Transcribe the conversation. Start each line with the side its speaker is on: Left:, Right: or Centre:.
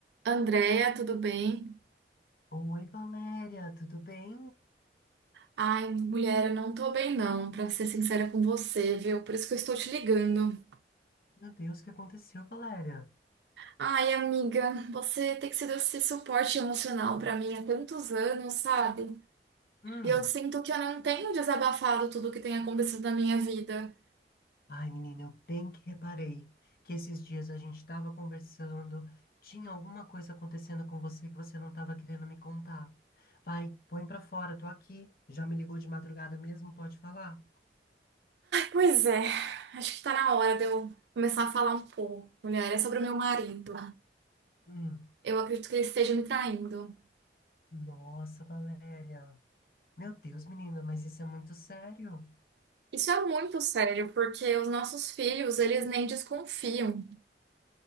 Right: Andréia, tudo bem?
Left: Oi, Valéria, tudo bem?
Right: Ai, mulher, eu não tô bem não, pra ser sincera com você, viu? Por isso que eu estou te ligando.
Left: Meu Deus, o que aconteceu, Valéria?
Right: Ai, amiga, você tem sido esse suporte emocional pra mim há tantos anos, sabe?
Left: Hum.
Right: E eu sinto que eu não tenho desabafado tudo o que tem acontecido na minha vida.
Left: Ai, menina, eu bem que reparei que esses dias a gente estava conversando, tinha alguma coisa acontecendo com você que você não estava querendo me contar. Vai, põe pra fora, tô aqui. Já me ligou de madrugada mesmo, pode falar?
Right: Pois é, acho que tá na hora de eu começar a falar um pouco, mulher, é sobre o meu marido.
Left: Hum.
Right: Eu acredito que ele esteja me traindo.
Left: Nossa, Valéria. Meu Deus, menina, mas isso é muito sério.
Right: Isso é muito sério, porque os nossos filhos, eles nem desconfiam.